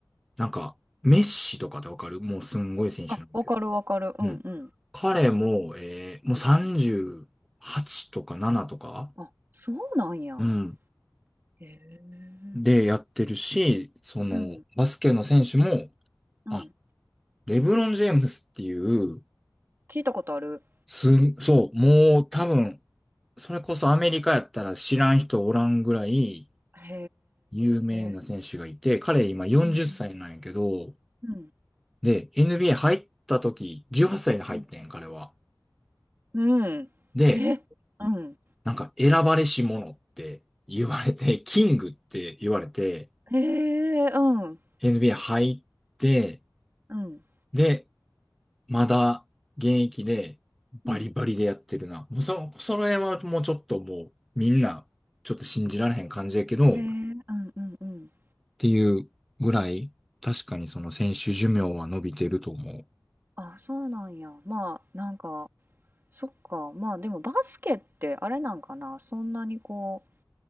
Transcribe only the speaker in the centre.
なんか、メッシとかってわかるもうすんごい選手なんだけど。
うん。彼も、えー、もう38とか7とか、
うん。
でやってるし、その、
バスケの選手も、
あ、レブロン・ジェームスっていう、
すん、そう、もう多分、それこそアメリカやったら知らん人おらんぐらい、
有名な選手がいて、
彼今40歳なんやけど、
で、NBA 入った時、18歳で入ってん、
彼は。
で、
なんか選ばれし者って言われて、キングって言われて、
NBA 入って、
で、まだ現役でバリバリでやってるな。
もうそ、それはもうちょっともうみんなちょっと信じられへん感じやけど、
っ
ていうぐらい、確かにその選手寿命は伸びてると思う。